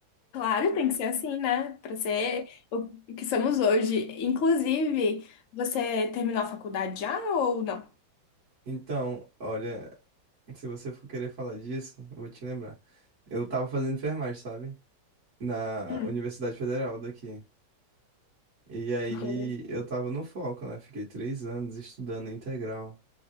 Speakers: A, on the left (about 65°); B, on the right (about 40°).
A: Claro, tem que ser assim, né? Para ser o que somos hoje. Inclusive, você terminou a faculdade já ou não?
B: Então, olha, se você for querer falar disso, eu vou te lembrar. Eu tava fazendo enfermagem, sabe? na
A: Hum,
B: Universidade Federal daqui. E aí
A: interessante.
B: eu tava no foco, né? Fiquei três anos estudando integral,